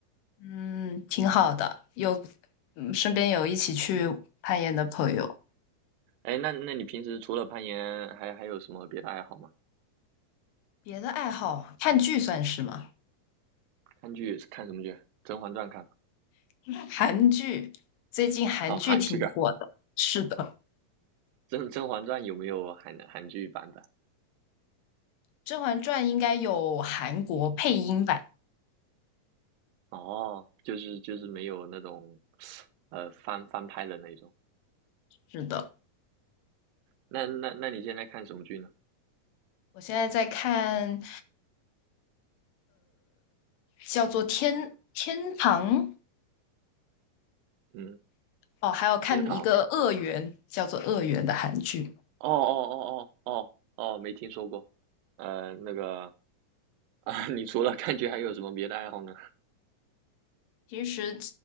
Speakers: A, on the left; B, on the right.
A: 嗯，挺好的，有，嗯，身边有一起去攀岩的朋友。
B: 哎，那那你平时除了攀岩，还还有什么别的爱好吗？
A: 别的爱好，看剧算是吗？
B: 看剧是看什么剧？《甄嬛传》看吗？
A: <laughs> 韩剧，最近韩剧挺火的。
B: <laughs> 好，韩剧啊，
A: 是的，
B: 《甄甄嬛传》有没有韩韩剧版本？
A: 《甄嬛传》应该有韩国配音版。
B: 哦，就是就是没有那种，呃，翻翻拍的那种。
A: 是的，
B: 那那那你现在看什么剧呢？
A: 我现在在看叫做天《天堂》
B: 嗯，
A: 哦，还有看一个《恶缘》，
B: 《天堂》。
A: 叫做《恶缘》的韩剧。
B: 哦哦哦哦哦哦，没听说过。呃，那个，<laughs> 你除了看剧还有什么别的爱好呢？
A: 平时